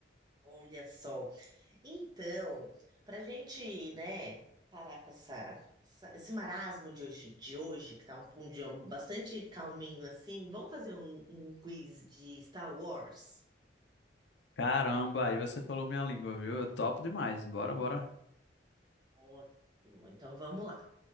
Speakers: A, on the right; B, on the left.
A: Olha só. Então, para gente, né, parar com essa, essa- esse marasmo de hoje, de hoje, que tá um, um dia bastante calminho assim, vamos fazer um, um quiz de Star Wars?
B: Caramba, aí você falou minha língua, viu? Eu topo demais. Bora, bora.
A: Ótimo. Então vamos lá.